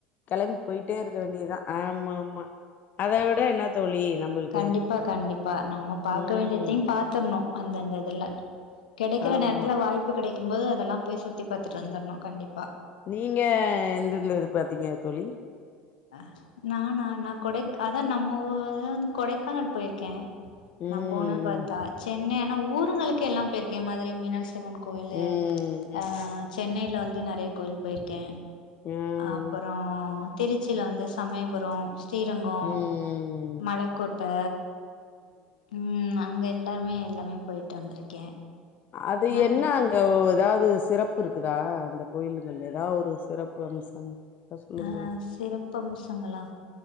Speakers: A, on the left; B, on the left.
A: கிளம்பி போயிட்டே இருக்க வேண்டியதுதா ஆமா ஆமா அத விட என்ன தோழி நம்மளுக்கு
B: கண்டிப்பா கண்டிப்பா நம்ம பாக்க
A: ம்
B: வேண்டியத்தையு பாத்துரணு அந்தந்த இதுல கெடைக்கிற
A: ஆமா
B: நேரத்துல வாய்ப்பு கிடைக்கு போது அதெல்லா போய் சுத்திப் பாத்துட்டு வந்துரணும் கண்டிப்
A: நீங்க எந் இது து பாத்தீங்க தோழி
B: அ நானா நா கொடைக் அதா நம்ம வந்து கொடைக்கானல் போயிருக்கே
A: ம்
B: நா போன பார்த்தா சென்னை ஊருங்களுக்கு எல்லா போயிருக்கே மதுரை மீனாட்சிம்மன் கோயிலு
A: ம் ம்
B: ஆ சென்னையில வ ந்து நிறைய கோவில் போயிருக்கே
A: ம்
B: அப்புற திருச்சியில வந்து சமயபுரோ ஸ்ரீரங்கோ
A: ம் ம்
B: மலக்கோட்ட ம் அங்க இருக் எல்லாருமே எல்லாமே போயிட்டு வந்திருக்கே
A: அது
B: நல்
A: என்ன அங்க உ ஏதாவது சிறப்பு இருக்குதா அந்த கோயிலுங்கல ஏதாவது ஒரு சிறப்பு அம்சம் இருந்தா சொல்லுங்களே
B: அஹ் சிறப்பு அம்சங்களா